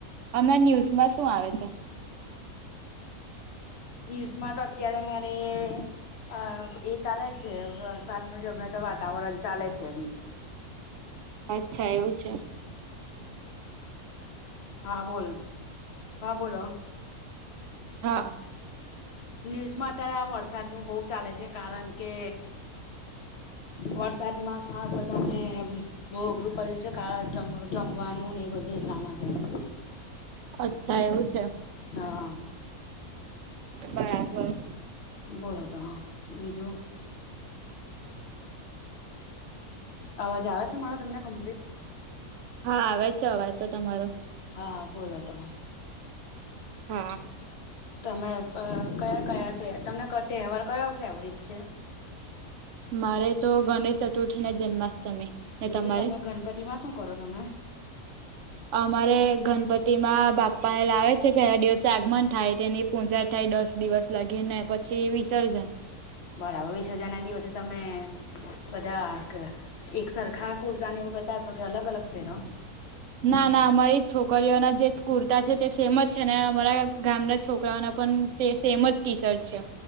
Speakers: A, on the right (about 65°); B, on the left (about 50°).
A: અમણાં ન્યૂઝમાં શું આવે છે?
B: ન્યૂઝમાં તો અત્યારે મારે. અ એ ચાલે છે વરસાદનો છે અમણાં તો વાતાવરણ ચાલે છે એમ.
A: અચ્છા એવું છે.
B: હા બોલ કયા બોલો.
A: હા
B: ન્યૂઝમાં અત્યારે આ વરસાદનું બોઉ ચાલે છે. કારણ કે વરસાદમાં ખા બધાને એમ. બો અઘરું પડ્યું છે. જમવાનું ને એ બધું એટલા માટે. <unintelligible>
A: અચ્છા એવું છે.
B: હમ
A: બરાબર.
B: બહુ હતો બીજું. અવાજ આવે છે મારો તમને કમ્પ્લીટ?
A: હા આવે છે અવાજ તો તમારો.
B: હા હા બોલો તો.
A: હા.
B: તમે કયા કયા તમને તહેવાર કયો ફેવરિટ છે?
A: મારે તો ગણેશ ચતુર્થી અને જન્માષ્ટમી. ને
B: એવું
A: તમારે?
B: છે તમે ગણપતિમાં શું કરો તમે?
A: અમારે ગણપતિમાં બાપ્પા લા પહેલાં દિવસે આગમન થાય. તેની પૂજા થાય દસ દિવસ લાગી ને પછી વિસર્જન.
B: બરાબર વિસર્જનના દિવસે તમે બધા એક સરખા કુર્તા ને એવું પહેરતા કે અલગ અલગ પેરો?
A: ના ના અમારી છોકરીઓના જે કુર્તા છે તે સેમજ છે. અને અમારા ગામના છોકરાઓના પણ તે સેમજ ટીશર્ટ છે.